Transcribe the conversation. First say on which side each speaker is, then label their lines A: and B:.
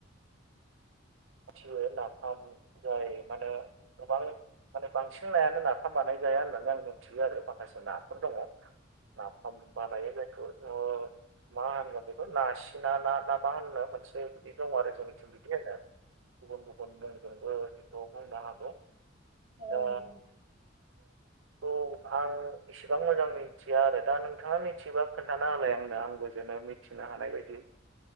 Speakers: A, on the right; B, on the right.
A: <inaudible>
B: मिथियो नाफाम जाय मानो गोबां माने बांसिन नायानो नाफाम बानाय जाया होननानै आं मिथियो आरो माखासे नाफोर दङ। नाफाम
A: औ
B: बानायो जायखो ओ मा होनगोन बेखौ नासिना ना ना मा होनो मोनसे बिदि दं
A: औ
B: आरो जोंनिथिं। ओ गुबुन गुबुन मुंजोंबो बेखौ बुंनो हागौ।
A: औ
B: दा
A: नोंगौ नोंथां।
B: दंफां इसिबां मोजां मिनथिया आरो। दा नोंथाङा मिथियोबा खोन्थाना होलाय आंनो आंबो जेनो मि थिनो हानाय बायदि।